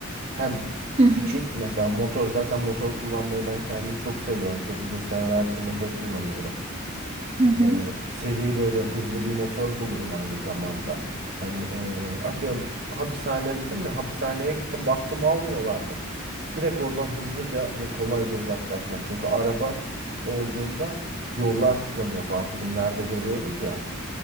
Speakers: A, on the right (about 50°); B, on the right (about 30°).
A: Hem
B: Hı hı,
A: küçük mesela motor zaten motor kullanmayı ben kendim çok seviyorum. Çok uzun senelerdir motor kullanıyorum.
B: hı hı.
A: e, seri böyle hızlı bir motor bulurum aynı zamanda. Hani e, atıyorum hapishane dedim ya hapishaneye gittim baktım almıyorlar mı? Direkt oradan hızlıca ve kolayca uzaklaşmak. Çünkü araba olduğunda yollar tıkanıyor falan filmlerde görüyoruz ya.